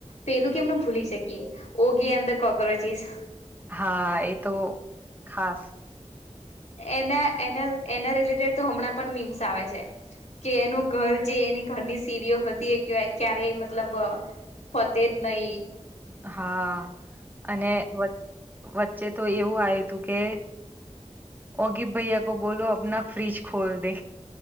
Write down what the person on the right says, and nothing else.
હા એ તો ખાસ
હા અને વચ્ચે તો એવું આવ્યું હતું કે ઓગીબ ભૈયા કો બોલો આપના ફ્રીજ ખ ખોલ દે